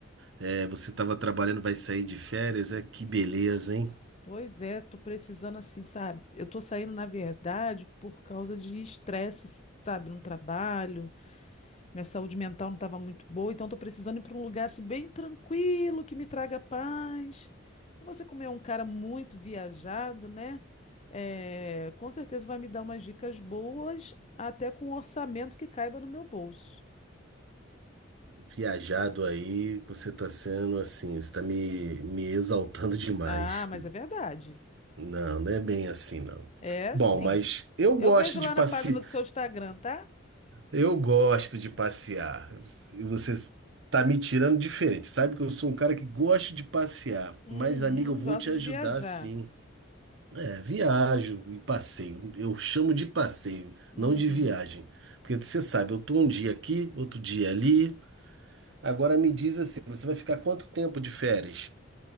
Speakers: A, on the right; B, on the left.
A: É, você tava trabalhando, vai sair de férias, é? Que beleza, hein?
B: Pois é, tô precisando assim, sabe? Eu tô saindo, na verdade, por causa de estresse, sabe, no trabalho. Minha saúde mental não estava muito boa, então estou precisando ir para um lugar assim, bem tranquilo, que me traga paz. E você, como é um cara muito viajado, né? É, com certeza vai me dar umas dicas boas, até com um orçamento que caiba no meu bolso.
A: Viajado aí, você tá sendo assim, você tá me, me exaltando <laughs> demais.
B: Ah, mas é verdade.
A: Não, não é bem assim, não.
B: É
A: Bom,
B: sim.
A: mas eu
B: Eu
A: gosto
B: vejo
A: de
B: lá
A: passear.
B: na página do seu Instagram, tá?
A: Eu gosto de passear. E Você está me tirando diferente. Sabe que eu sou um cara que gosto de passear.
B: Uhum,
A: Mas, amigo, eu vou
B: gosto
A: te
B: de
A: ajudar
B: viajar.
A: sim. É, viajo e passeio. Eu chamo de passeio,
B: Uhum.
A: não de viagem. Porque você sabe, eu tô um dia aqui, outro dia ali. Agora me diz assim, você vai ficar quanto tempo de férias?